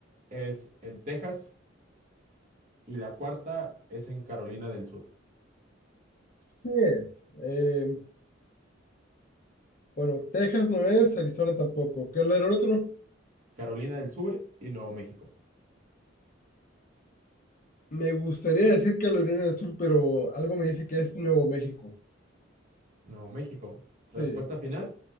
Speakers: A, on the right; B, on the left.
A: es en Texas y la cuarta es en Carolina del Sur.
B: Bien. eh, bueno, Texas no es, Arizona tampoco. ¿Qué era el otro?
A: Carolina del Sur y Nuevo México.
B: Me gustaría decir Carolina del Sur, pero algo me dice que es Nuevo México.
A: Nuevo México. Respuesta
B: Sí,
A: final,